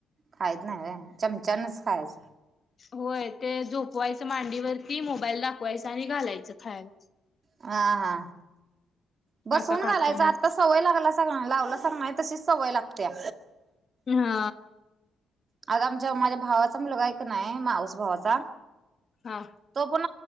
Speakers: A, on the right; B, on the left.
A: खायत नाही रे चमचानच खायचं
B: होय ते झोपवायचं मांडीवरती मोबाईल दाखवायच आणि घालायचं खायला
A: हा हा बसवून
B: असा खातोय
A: घालायच
B: नाही
A: आत्ता सवय लागला सगळ लावला सग तशीच सवय लागते्या
B: हा
A: आता आमच्या माझ्या भावाचा मुलगा नाही माऊस भावाचा
B: हा
A: तो पण